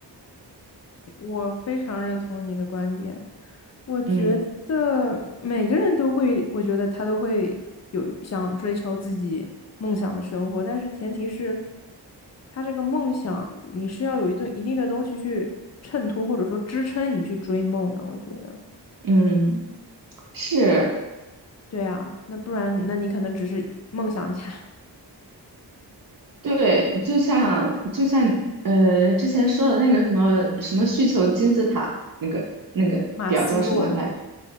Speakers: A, on the left (about 40°); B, on the right (about 50°).
A: 我非常认同你的观点，我觉得每个人都会，
B: 嗯。
A: 我觉得他都会有想追求自己梦想的生活，但是前提是，他这个梦想你是要有一定一定的东西去衬托或者说支撑你去追梦的，我觉得。
B: 嗯，是，
A: 对啊，那不然那你可能只是梦想家，
B: 对，就像就像呃之前说的那个什么什么需求金字塔那个那个表叫什么来着？
A: 马斯洛。